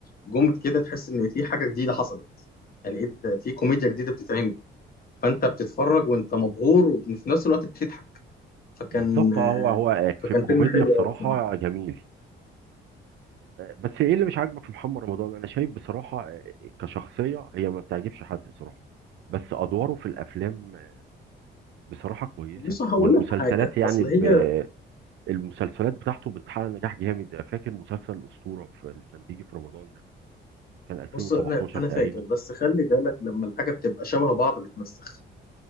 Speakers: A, on the left (about 50°); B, on the right (about 70°).
A: جم كده تحس ان في حاجه جديده حصلت يعني ايه ده في كوميديا جديده بتتعمل فانت بتتفرج وانت مبهور وفي نفس الوقت بتضحك فكان
B: بالظبط
A: آه،
B: هو هو
A: فكان
B: في الكوميديا
A: فيلم حلو
B: بصراحه
A: قوي بصراحه
B: جميل بس ايه اللي مش عاجبك في محمد رمضان انا شايف بصراحه آه، كشخصيه هي ما بتعجبش حد بصراحه بس ادواره في الافلام آه، بصراحه كويسه
A: بص هقول
B: والمسلسلات
A: لك حاجه
B: يعني
A: اصل
B: ب...
A: هي
B: المسلسلات بتاعته بتحقق نجاح جامد فاكر مسلسل الاسطوره في اللي كان بيجي في رمضان ده كان 2017
A: بص انا انا
B: تقريبا
A: فاكر بس خلي بالك لما الحاجه بتبقى شبه بعض بتمسخ